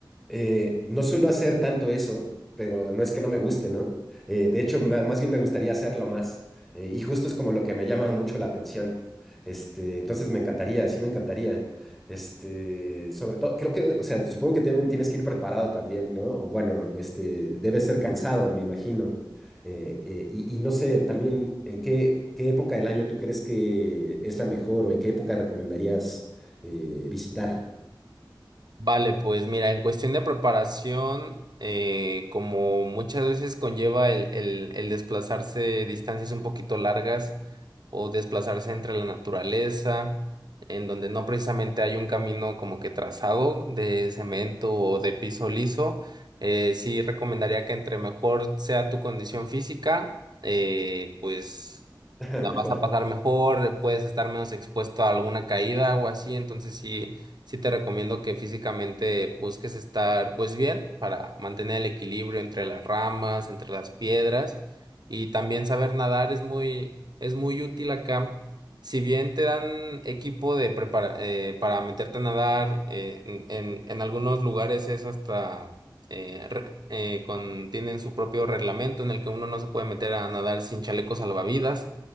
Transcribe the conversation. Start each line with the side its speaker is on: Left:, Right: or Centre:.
Centre: Eh, no suelo hacer tanto eso, pero no es que no me guste, ¿no? Eh, de hecho, ma- más bien me gustaría hacerlo más. Eh, y justo es como lo que me llama mucho la atención. Este, entonces me encantaría, sí me encantaría. Este, sobre todo, creo que, o sea, supongo que también tienes que ir preparado también, ¿no? O bueno, este, debes ser cansado, me imagino. Eh, eh, y, y no sé, también, ¿en qué, qué época del año tú crees que es la mejor o en qué época recomendarías eh, visitar?
Right: Vale, pues mira, en cuestión de preparación, eh, como muchas veces conlleva el, el, el desplazarse distancias un poquito largas o desplazarse entre la naturaleza, en donde no precisamente hay un camino como que trazado de cemento o de piso liso, eh, sí recomendaría que entre mejor sea tu condición física, eh, pues
Centre: <laughs>
Right: la
Centre: Mejor.
Right: vas a pasar mejor, puedes estar menos expuesto a alguna caída o así, entonces sí sí te recomiendo que físicamente busques estar pues bien para mantener el equilibrio entre las ramas, entre las piedras y también saber nadar es muy, es muy útil acá. Si bien te dan equipo de prepara- eh, para meterte a nadar, eh, en, en- en algunos lugares es hasta eh, re- eh, con, tienen su propio reglamento en el que uno no se puede meter a nadar sin chalecos salvavidas,